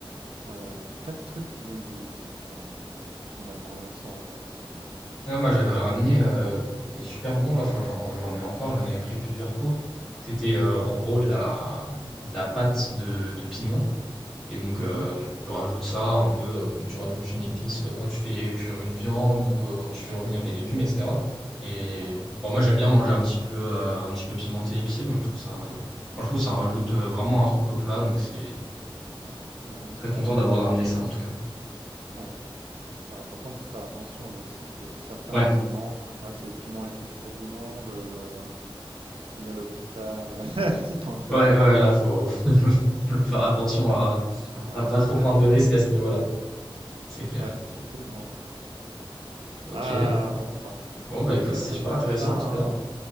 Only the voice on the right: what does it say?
euh, tas de trucs qui viennent du Mexique euh, finalement, et on s'en rend pas compte. Ouais.
Mhm.
Ouais.
Ah
ouais.
Ouais. Ouais, ouais,
ouais, ouais,
t'as raison.
Ouais. Par par contre, il faut faire attention au Mexique, il y a certains
piments, il paraît que c'est les piments les plus forts du monde, heu, fini à l'hôpital, <laughs> si tu en croques
un,
heu,
attention,
ouais,
ouais, absolument.
Ah là là, bon, bah,
tout
ça,
ça
me donne
faim,
hein.